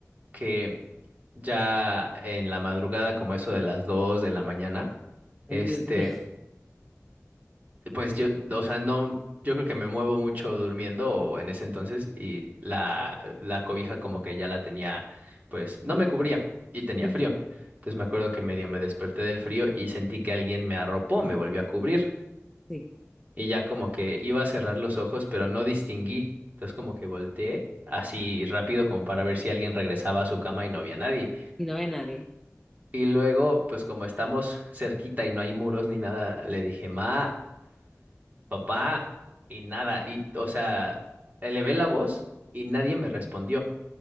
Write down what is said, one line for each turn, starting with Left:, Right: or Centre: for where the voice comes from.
Right: que ya en la madrugada, como eso de las 2 de la mañana,
Centre: Ay,
Right: este,
Centre: Dios mío.
Right: Pues yo, o sea, no, yo creo que me muevo mucho durmiendo o en ese entonces y la, la cobija como que ya la tenía, pues no me cubría y tenía
Centre: Ujú,
Right: frío. Entonces me acuerdo que medio me desperté del frío y sentí que alguien me arropó, me volvió a cubrir
Centre: Sí,
Right: y ya como que iba a cerrar los ojos, pero no distinguí. Entonces como que volteé así rápido como para ver si alguien regresaba a su cama y no había nadie.
Centre: y no ve nadie.
Right: Y luego, pues como estamos cerquita y no hay muros ni nada, le dije, Ma. papá, y nada, y, o sea, elevé la voz y nadie me respondió.